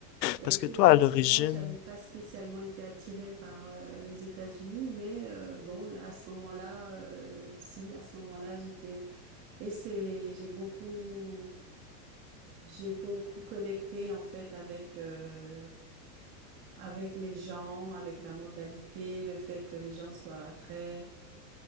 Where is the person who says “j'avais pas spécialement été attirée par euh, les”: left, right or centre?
Right